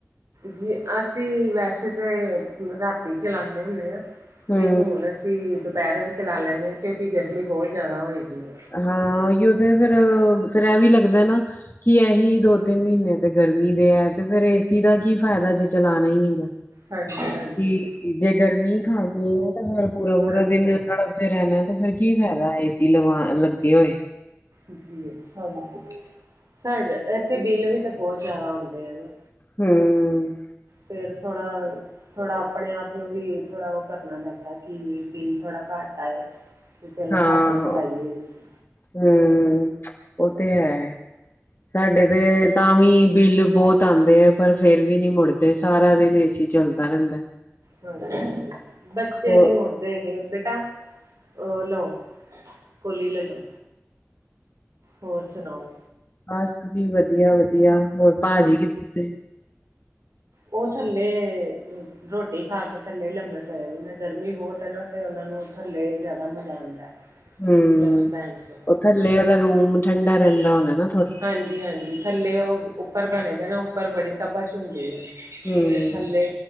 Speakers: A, on the right (about 90°); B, on the left (about 45°).
A: ਜੀ ਅਸੀਂ ਵੈਸੇ ਤਾਂ ਰਾਤੀ ਚਲਾਦੇ ਹੁੰਦੇ ਹਾਂ ਅਤੇ
B: ਹੂੰ
A: ਹੁਣ ਅਸੀਂ ਅਸੀਂ ਦੁਪਹਿਰ ਵੀ ਚਲਾ ਲੈਂਦੇ ਕਿਉਂਕਿ ਗਰਮੀ ਬਹੁਤ ਜ਼ਿਆਦਾ ਹੋ ਜਾਂਦੀ ਏ
B: ਹਾਂ ਉਹੀਓ ਤੇ ਫੇਰ ਫਿਰ ਐਵੈਂ ਲੱਗਦਾ ਨਾ। ਕੀ ਇਹੀ ਦੋ ਤਿੰਨ ਮਹੀਨੇ ਤੇ ਗਰਮੀ ਦੇ ਹੈ ਤੇ ਫੇਰ ਏਸੀ ਦਾ ਕੀ ਫਾਇਦਾ ਜੇ ਚਲਾਣਾ ਹੀ ਨਹੀਂ ਦਾ
A: ਹਾਂਜੀ ਹਾਂਜੀ
B: ਜੇ <unintelligible> ਗਰਮੀ ਖਾਂਦੀ ਹੈ ਤਾਂ। ਹਰ ਪੂਰਾ ਪੂਰਾ
A: ਹਾਂਜੀ
B: ਦਿਨਾ। <unintelligible> ਰਹਿਣਾ ਤੇ ਫੇਰ ਕੀ ਫਾਇਦਾ ਏਸੀ ਲਵਾ ਲੱਗੇ ਹੋਏ
A: ਜੀ, ਹਾਂਜੀ ਸਾਡੇ ਇੱਥੇ ਬਿੱਲ ਵੀ ਤਾਂ ਬਹੁਤ ਜ਼ਿਆਦਾ ਆਉਂਦੇ ਆ ਨਾ।
B: ਹਮ।
A: ਫੇਰ ਥੋੜ੍ਹਾ ਥੋੜਾ ਅਪਣੇ ਆਪ ਨੂੰ ਵੀ ਥੋੜ੍ਹਾ ਉਹ ਕਰਨਾ ਪੈਂਦਾ, ਕਿ ਬਿੱਲ ਥੋੜਾ ਘਟ ਆਏ। ਵੀ ਚਲੋ,
B: ਹਾਂ
A: ਘੱਟ ਚਲਾਈਏ ਏਸੀ।
B: ਹੂੰ ਉਹ, ਤੇ ਹੈ, ਸਾਡੇ ਤੇ ਤਾਂ ਵੀ ਬਿੱਲ ਬਹੁਤ ਆਉਂਦੇ ਅ। ਪਰ ਫੇਰ ਵੀ ਨੀ ਮੁੜਦੇ, ਸਾਰਾ ਦਿਨ ਏ ਸੀ, ਚੱਲਦਾ ਰਹਿੰਦਾ।
A: ਹਾਂਜੀ, ਬੱਚੇ
B: ਹੋਰ
A: ਨੀ ਮੁੜ ਗੇ ਬੇਟਾ, ਉਹ ਲੋ, ਕੋਲੀ ਲੈ ਲਓ। ਹੋਰ, ਸੁਣਾਓ।
B: ਬਸ ਜੀ, ਵਧੀਆ-ਵਧੀਆ। ਹੋਰ ਭਾਜੀ, ਕਿਥੇ?
A: ਉਹ ਥੱਲੇ ਰੋਟੀ ਖਾ ਕੇ ਥੱਲੇ ਲੰਮੇ ਪਏ ਦੇ ਨੇ। ਗਰਮੀ ਬਹੁਤ ਏ ਨਾ। ਤੇ ਉਹਨਾਂ ਨੂੰ ਥੱਲੇ ਜ਼ਿਆਦਾ ਮਜ਼ਾ ਆਉਂਦਾ,
B: ਹੂੰ
A: ਲੰਮੇ ਪੈਣ 'ਚ।
B: ਉਹ ਥੱਲੇ ਵਾਲਾ ਰੂਮ ਠੰਡਾ ਰਹਿੰਦਾ ਹੋਣਾ ਨਾ। ਥੋੜਾ।
A: ਹਾਂਜੀ-ਹਾਂਜੀ ਥੱਲੇ ਉਹ ਉੱਪਰ ਬਣੇ ਜਾ ਨਾ ਉੱਪਰ ਬੜੇ। ਤਪਸ਼ ਹੁੰਦੀ ਹੈ।
B: ਹੂੰ,
A: ਤੇ ਥੱਲੇ